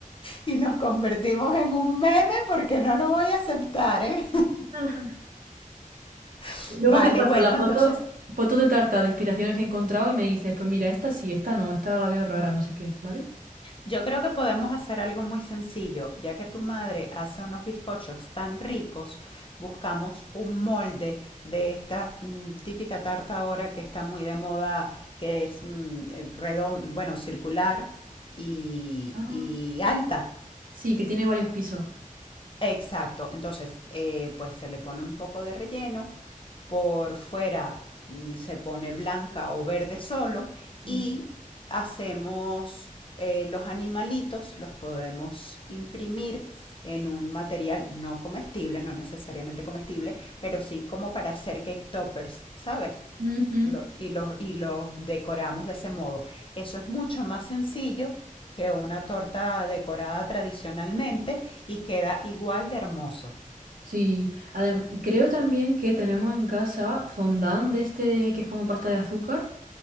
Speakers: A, on the left (about 40°); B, on the right (about 80°).
A: y nos convertimos en un meme porque no lo voy a aceptar, ¿eh?
B: <laughs>
A: <laughs>
B: Luego
A: Vale,
B: te paso
A: bueno,
B: la foto,
A: entonces
B: fotos de tarta de inspiraciones que he encontrado y me dices, pues mira, esta sí, esta no, esta la veo rara, no sé qué, ¿vale?
A: Yo creo que podemos hacer algo muy sencillo, ya que tu madre hace unos bizcochos tan ricos, buscamos un molde de esta mm, típica tarta ahora que está muy de moda, que es mm, redondo, bueno, circular y,
B: Ah,
A: y alta.
B: Sí, que tiene varios pisos.
A: Exacto, entonces eh, pues se le pone un poco de relleno, por fuera mm, se pone blanca o verde solo y
B: mm.
A: hacemos eh, los animalitos, los podemos imprimir en un material no comestible, no necesariamente comestible, pero sí como para hacer cake toppers, ¿sabes?
B: Ujú,
A: lo, y, los, y los decoramos de ese modo. Eso es mucho más sencillo que una torta decorada tradicionalmente y queda igual de hermoso.
B: Sí, Adem- creo también que tenemos en casa fondant de este que es como pasta de azúcar.